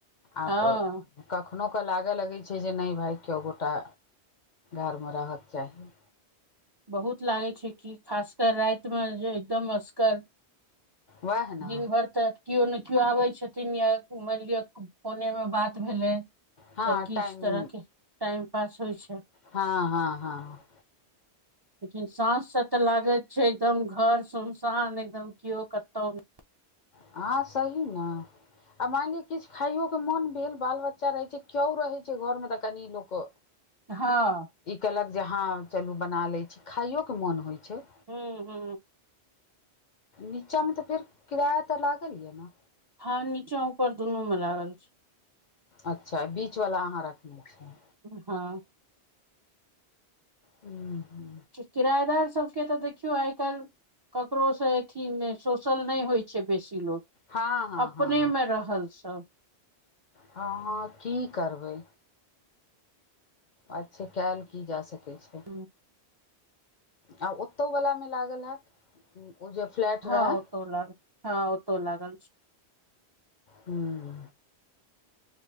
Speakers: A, on the left; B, on the right.
A: आब
B: हँ
A: कखनो क लागऽ लगैत छै, जे नै भाय केओ गोटा घरमे रहऽक चाही।
B: बहुत लागै छै कि खास क रैत मे जे एकदम असगर
A: वएह ने
B: दिनभर त कियो ने कियो आबै छेथिन या मैन लिअ फोने मे बात भेलै
A: हँ
B: या किछ
A: टाइम
B: तरह के टाइम पास होइ छै।
A: हाँ - हाँ - हाँ।
B: लेकिन साँझ स तऽ लागैत छै एकदम घर सुनसान एकदम किओ कतौ नै
A: हाँ सही न आ मैन लिय किछ खाइयो के मोन भेल बाल बच्चा रहे छै के्यो रहे छै घर में तऽ कनि लोक <inaudible>
B: ह।
A: ई केलक जे ह चलू बना लै छी, खाइयो के मोन होइ छै।
B: हू - हू।
A: नीचा मे तऽ फेर किराया तऽ लागल ये न
B: हाँ नीचा ऊपर दुनू में लागल छै।
A: अच्छा बीच वला अहाँ रखने छी।
B: ह।
A: हू - हू।
B: किरायेदार सबके तऽ देखियौ आइ काइल ककरो से अथि सोषल नै होइ छै बेसी लोग
A: हँ हँ
B: अपने
A: हँ
B: मे रहल सब
A: हँ हं की करबै। अच्छा कयल की जा सकैत छै।
B: हँ।
A: आ ओतौ वला मे लागल हयत ओ जे फ्लैट
B: हँ
A: रहै
B: ओतौ लाग, हँ ओतौ लागल छै।
A: हुं।